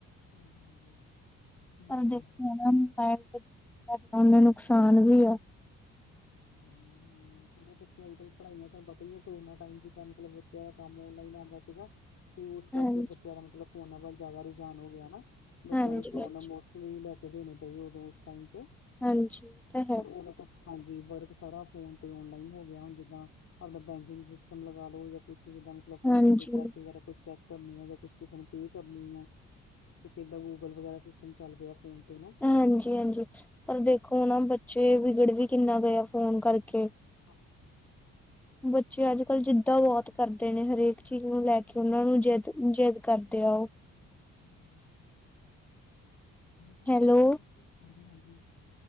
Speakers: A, on the left (about 60°); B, in the centre.
A: ਹਾਂਜੀ- ਹਾਂਜੀ। ਹਮ
B: ਪਰ
A: ਹਮ
B: ਦੇਖੋ ਮੋਬਾਇਲ ਨੇ ਫਾਇਦੇ ਨੇ, ਨੁਕਸਾਨ ਵੀ ਆ।
A: ਹਾਂਜੀ- ਹਾਂਜੀ। ਹੂੰ। ਚਲੋ ਬੱਚੇ ਅੱਜ ਕੱਲ ਪੜਾਈਆਂ ਤੋਂ ਪਤਾ ਹੀ ਹੈ। ਕਰੋਨਾ ਟਾਈਮ ਜਿੱਦਾਂ ਮਤਲਬ ਬੱਚਿਆਂ ਦਾ ਕੰਮ ਔਨਲਾਈਨ ਆਉਂਦਾ ਸੀਗਾ। ਤੇ ਉਸ ਕਰਕੇ
B: ਹਾਂਜੀ,
A: ਬੱਚਿਆਂ ਦਾ ਮਤਲਬ ਫੋਨਾਂ ਵੱਲ ਜ਼ਿਆਦਾ ਰੁਝਾਨ ਹੋ ਗਿਆ। ਹਨਾ, ਬੱਚਿਆਂ
B: ਹਾਂਜੀ,
A: ਨੂੰ ਫੋਨ
B: ਹਾਂਜੀ,
A: ਮੌਸ ਲੈ ਕੇ ਦੇਣੇ ਪਏ, ਉਦੋਂ ਉਸ ਟਾਈਮ ਤੋ,
B: ਹਾਂਜੀ ਇਹ ਤਾਂ ਹੈ
A: ਉਹਦਾ ਤੋਂ। ਹਾਂਜੀ ਵਰਕ ਸਾਰਾ ਫੋਨ ਤੇ ਔਨਲਾਈਨ ਹੋ ਗਿਆ। ਹੁਣ ਜਿੱਦਾਂ। ਆਪਣਾ ਬੈਂਕਿੰਗ ਸਿਸਟਮ ਲਗਾ ਲੋ। ਜਾਂ ਕੁਛ ਜਿੱਦਾਂ। ਫੋਨ
B: ਹਾਂਜੀ।
A: ਤੇ ਕੋਈ ਪੈਸੇ ਵਗੈਰਾ ਕੁ ਚੈੱਕ ਕਰਨੇ ਆ ਜਾਂ ਕੁਛ ਕਿਸੇ ਨੂੰ ਪੇ ਕਰਨੀ ਆ ਤੇ ਕਿਦਾਂ ਗੂਗਲ ਵਗੈਰਾ ਸਿਸਟਮ ਚੱਲ ਪਿਆ ਫੋਨ ਤੇ ਨਾ
B: ਹਾਂਜੀ ਹਾਂਜੀ ਪਰ ਦੇਖੋ ਨਾ ਬੱਚੇ ਵਿਗੜ ਵੀ ਕਿੰਨਾ ਗਏ ਫੋਨ ਕਰਕੇ
A: ਹਾਂਜੀ
B: ਬੱਚੇ ਅੱਜ ਕੱਲ੍ਹ ਜਿੱਦਾਂ ਬਹੁਤ ਕਰਦੇ ਨੇ ਹਰੇਕ ਚੀਜ਼ ਨੂੰ ਲੈ ਕੇ ਉਹਨਾਂ ਨੂੰ ਜਿੱਦ ਜਿੱਦ ਕਰਦੇ ਆ ਉਹ
A: ਹਾਂ <unintelligible> ਕਰਦੇ
B: ਹੈਲੋ
A: ਨੇ ਬੱਚੇ, ਹਾਂਜੀ- ਹਾਂਜੀ,